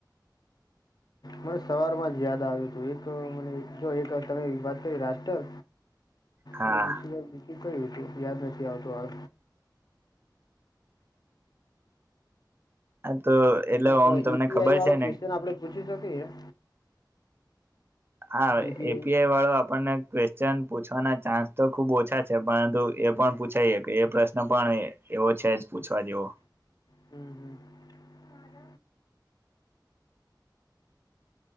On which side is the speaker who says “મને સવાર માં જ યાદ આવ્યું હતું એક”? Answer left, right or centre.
Left